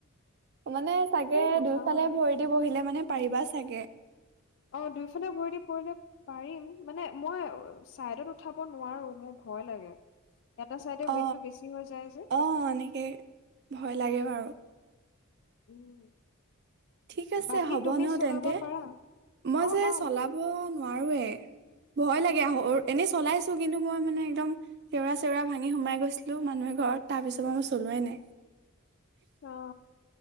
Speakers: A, on the right; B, on the left.
A: মানে চাগে
B: নুঠাও
A: দুইফালে
B: আৰু
A: ভৰি দি বহিলে মানে পাৰিবা চাগে
B: অ দুইফালে ভৰি দি ফৰিলে পাৰিম মানে মই চাইডত উঠাব নোৱাৰো মোৰ ভয় লাগে এটা চাইডে
A: অ
B: ৱেইটটো বেছি হৈ যায় যে
A: অ এনেকে ভয় লাগে বাৰু
B: উম
A: ঠিক আছে
B: বাকী
A: হ'ব
B: তুমি
A: ন
B: চলাব
A: তেন্তে
B: পাৰা
A: মই
B: অ
A: যে
B: অ
A: চলাব নোৱাৰোৱে ভয় লাগে আহ - অৰ এনেই চলাইছো কিন্তু মই মানে একদম সেওৰা চেওৰা ভাঙি সোমাই গৈছিলো মানুহ এঘৰত। তাৰ পিছৰ পৰা মই চলোৱাই নাই।
B: অ